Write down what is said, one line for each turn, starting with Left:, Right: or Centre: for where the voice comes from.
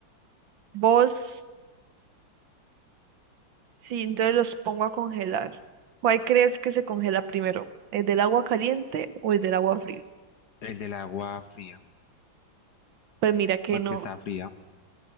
Right: vos Sí, entonces los pongo a congelar. ¿Cuál crees que se congela primero? ¿El del agua caliente o el del agua fría?
Left: El del agua fría,
Right: Pues mira que
Left: porque
Right: no,
Left: está fría.